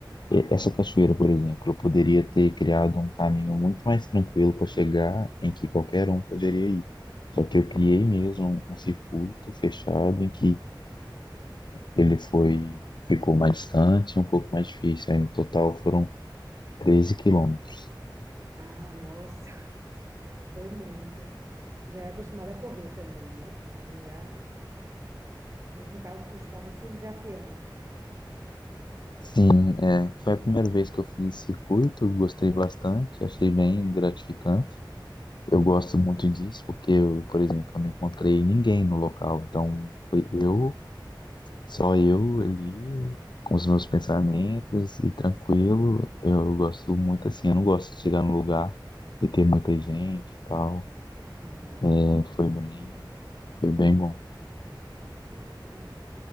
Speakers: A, on the left; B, on the right.
A: E Essa cachoeira, por exemplo, eu poderia
B: uhum,
A: ter criado um caminho muito mais tranquilo para chegar em que qualquer um poderia ir. Só que
B: uhum.
A: eu criei mesmo um um circuito fechado em que ele foi, ficou mais distante, um pouco mais difícil. Aí, no total foram 13 quilômetros.
B: Ah, nossa, <laughs> foi muito. Já é acostumada a correr também, né? Aí já, no caso, tu estava se desafiando.
A: Sim, é, foi a primeira vez que eu fiz esse circuito, gostei bastante, achei bem gratificante. Eu gosto muito disso porque, eu, por exemplo, eu não encontrei ninguém no local, então foi eu, só eu ali, com os meus pensamentos e tranquilo. Eu gosto muito assim, eu não gosto de chegar no lugar e ter muita gente e tal.
B: Uhum.
A: É, foi bem, foi bem bom.
B: Ah, entendi.